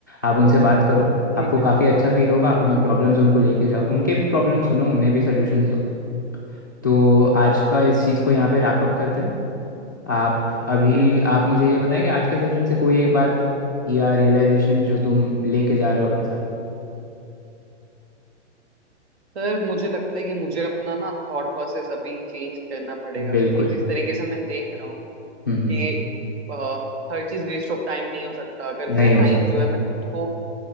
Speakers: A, on the left; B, on the right.
A: आप उनसे बात करो
B: ठीक
A: आपको
B: है
A: काफ़ी अच्छा फील होगा आप अपने
B: हम्म
A: प्रॉब्लम्स
B: हम्म
A: उनको लेके जाओ उनके भी प्रॉब्लम सुनो उन्हें भी सोल्यूशंस दो तो आज का
B: हम्म
A: इस चीज़ को यहाँ पे रैप अप करते हैं आप अभी
B: हम्म हम्म।
A: आप मुझे ये बताएं कि आज के सेशन से कोई एक बात या रियलाइजेशन जो तुम लेके जा रहे हो अपने साथ
B: सर मुझे लगता है कि मुझे अपना ना थॉट प्रोसेस अभी चेंज करना पड़ेगा क्योंकि
A: बिल्कुल
B: जिस तरीके से मैं देख रहा हूँ
A: हम्म हम्म
B: कि अ, हर चीज वेस्ट ऑफ टाइम नहीं हो सकता अगर
A: नहीं
B: वो
A: हो
B: टाइम
A: सकता
B: जो है मैं खुद को